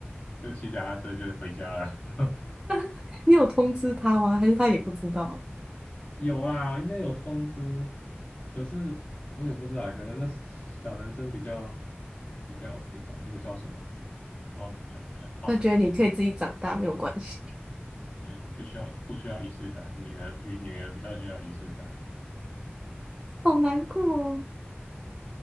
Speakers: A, on the left; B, on the right.
A: 就骑脚踏车就回家了。<laughs>
B: <laughs> 你有通知他吗？还是他也不知道？
A: 有啦，应该有通知，可是我也不知道，可能那小小男生比较比较比较那个叫什么，我不知道比较比较傲，
B: 他觉得你可以自己长大，没有关系，
A: 对，不需要不需要仪式感，女儿与女儿比较需要仪式感。
B: <laughs> 好难过哦。